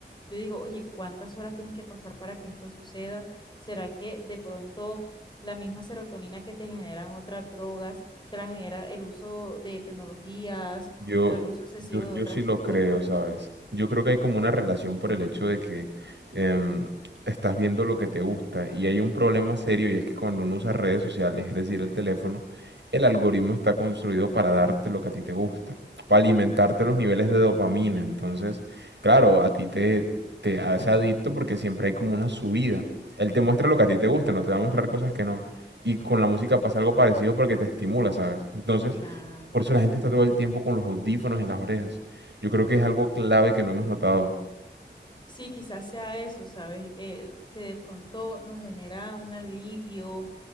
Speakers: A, on the left; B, on the right.
A: Yo digo, oye, ¿cuántas horas tienes que pasar para que esto suceda? ¿Será que de pronto la misma serotonina que te generan otras drogas, te la genera el uso de tecnologías
B: Yo,
A: o el uso excesivo
B: yo,
A: de
B: yo
A: otras,
B: sí lo creo,
A: de otros aparatos.
B: ¿sabes? Yo creo que hay como una relación por el hecho de que em, estás viendo lo que te gusta y hay un problema serio y es que cuando uno usa redes sociales, es decir, el teléfono, el algoritmo está construido para darte lo que a ti te gusta, para alimentarte los niveles de dopamina. Entonces, claro, a ti te, te hace adicto porque siempre hay como una subida. Él te muestra lo que a ti te gusta, no te va a mostrar cosas que no. Y con la música pasa algo parecido porque te estimula, ¿sabes? Entonces...
A: Claro.
B: Por eso la gente está todo el tiempo con los audífonos en las orejas. Yo creo que es algo clave que no hemos notado.
A: Sí, quizás sea eso, ¿sabes? El que de pronto nos genera un alivio